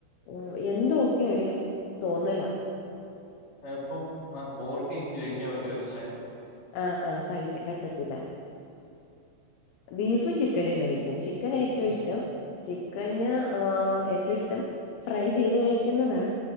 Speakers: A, on the left; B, on the left.
A: ഉ എന്തൊക്കെ ഒരു തോന്നല
B: ഇപ്പം ആ പോർക്ക എനിക്ക് കഴിക്കാൻ പറ്റുവല്ലല്ലേ
A: ആ ആ പയ് പറ്റത്തില്ല ബീഫും ചിക്കനും കഴിക്കും ചി ക്കാന ഏറ്റവും
B: ഉം.
A: ഇഷ്ടം ചിക്കന് ഏറ്റവും ഇഷ്ടം ഫ്രൈ ചെയ്ത് കഴിക്കുന്നതാ